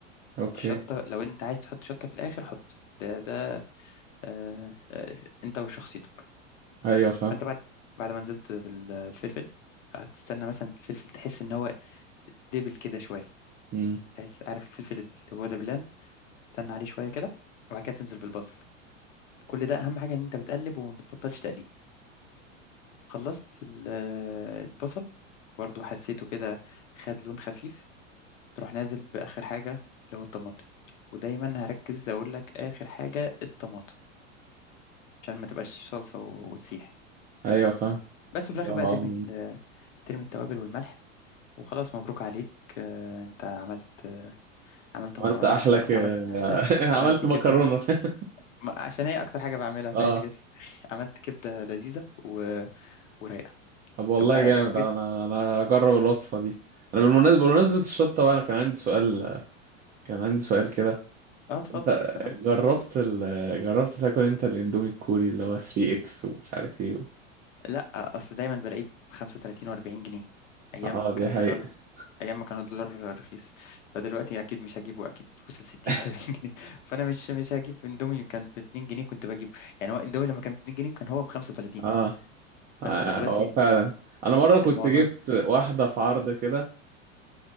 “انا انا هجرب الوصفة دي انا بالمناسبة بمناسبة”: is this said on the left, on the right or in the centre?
Right